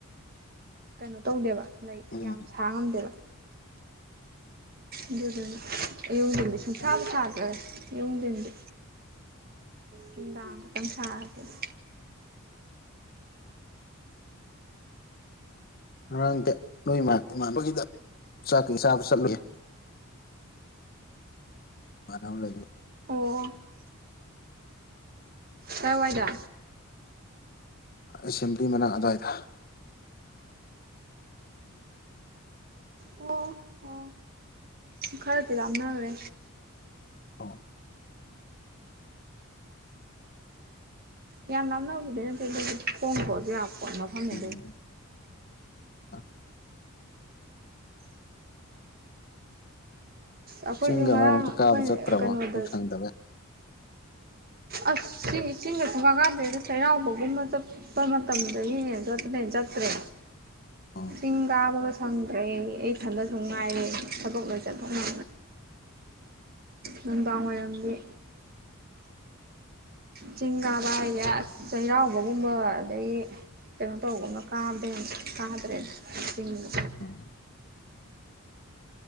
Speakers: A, on the right; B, on the left.
A: ꯀꯩꯅꯣ ꯇꯧꯗꯦꯕ ꯂꯩ
B: ꯎꯝ
A: ꯌꯥꯝ ꯁꯥ ꯉꯝꯗꯦꯕ ꯑꯗꯨꯗꯨꯅ ꯑꯌꯨꯛ ꯅꯨꯡꯊꯤꯟꯗꯤ ꯁꯨꯡꯁꯥꯕꯨ
B: ꯎꯝ
A: ꯁꯥꯗ꯭ꯔꯦ ꯑꯌꯨꯛ ꯅꯨꯡꯊꯤꯟꯗꯤ ꯅꯨꯡꯗꯥꯡ ꯈꯛꯇꯪ ꯁꯥꯔ ꯇꯣꯛ ꯑꯦ
B: ꯉꯔꯥꯡꯗꯤ ꯅꯣꯏꯃ ꯏꯃꯥꯟꯅꯕꯒꯤꯗ ꯆꯥꯛꯀꯩ ꯆꯥꯕ ꯆꯠꯂꯨꯏ ꯏꯃꯥꯟꯅꯕ ꯂꯩꯌꯦ
A: ꯑꯣ ꯀꯥꯏ ꯋꯥꯏꯗ
B: ꯑꯦꯁꯦꯝꯕ꯭ꯂꯤ ꯃꯅꯥꯛ ꯑꯗꯨ꯭ꯋꯥꯏꯗ
A: ꯑꯣ ꯑꯣ ꯈꯔꯗꯤ ꯂꯝꯅꯒꯔꯦ
B: ꯑꯥ
A: ꯌꯥꯝ ꯂꯞꯅꯕꯨꯗꯤ ꯅꯠꯇꯦ ꯑꯗꯨꯕꯨꯗꯤ ꯈꯣꯡ ꯊꯣꯛꯂꯁꯨ ꯌꯥꯕ ꯃꯐꯝꯅꯤ
B: ꯎꯝ <inaudible>
A: ꯑꯩꯈꯣꯏꯁꯨ
B: ꯆꯤꯡꯒ
A: ꯉꯔꯥꯡ
B: ꯃꯔꯛ ꯃꯔꯛꯇ
A: ꯑꯩꯈꯣꯏ
B: ꯀꯥꯕ ꯆꯠꯇ꯭ꯔꯕꯣ
A: ꯀꯩꯅꯣꯗ
B: ꯊꯕꯛ ꯁꯪꯗꯕꯦ
A: ꯑꯁ ꯆꯤꯡ ꯆꯤꯡꯒ ꯁꯨꯡꯀꯥ ꯀꯥꯗ꯭ꯔꯦꯗ ꯆꯩꯔꯥꯎꯕꯒꯨꯝꯕ ꯆꯠꯄ ꯃꯇꯝꯗꯒꯤ ꯍꯦꯟ ꯆꯠꯇꯅ ꯆꯠ ꯆꯠꯇ꯭ꯔꯦ
B: ꯑꯣ
A: ꯆꯤꯡ ꯀꯥꯕꯒ ꯁꯪꯗ꯭ꯔꯦ ꯑꯩ ꯊꯟꯗꯁꯨ ꯉꯥꯏꯔꯦ ꯊꯕꯛ ꯂꯣꯏ ꯆꯠꯊꯣꯛꯅ ꯅꯨꯡꯗꯥꯡ ꯋꯥꯏꯔꯗꯤ ꯆꯤꯡ ꯀꯥꯕ ꯍꯥꯏꯁꯦ ꯆꯩꯔꯥꯎꯕꯒꯨꯝꯕ ꯑꯗꯩꯒꯤ ꯀꯩꯅꯣ ꯇꯧꯒꯨꯝꯅ ꯀꯥꯕꯗꯒꯤ ꯍꯦꯟ ꯀꯥꯗ꯭ꯔꯦꯗ ꯆꯤꯡꯒ <inaudible>
B: ꯎꯝ